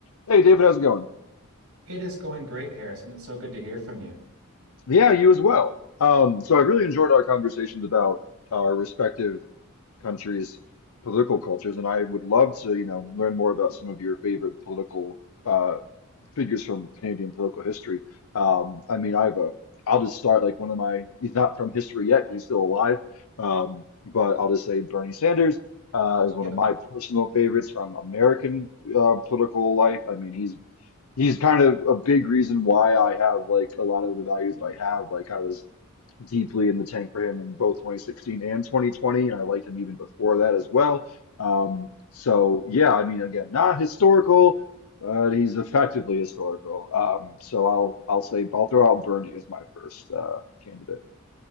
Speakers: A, on the left; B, on the right.
A: Hey David, how's it going?
B: It is going great, Harrison. It's so good to hear from you.
A: Yeah, you as well. Um, so I really enjoyed our conversations about our respective countries' political cultures, and I would love to, you know, learn more about some of your favorite political uh, figures from Canadian political history. Um, I mean, I have a, I'll just start like one of my, he's not from history yet because he's still alive, um, but I'll just say Bernie Sanders uh, is one
B: Yeah,
A: of my personal favorites from American uh, political life. I mean, he's he's kind of a big reason why I have like a lot of the values that I have. Like I was deeply in the tank for him in both 2016 and 2020, and I liked him even before that as well. Um, so yeah, I mean, again, not historical, but he's effectively historical. Um, so I'll I'll say I'll throw out Bernie as my first uh, candidate.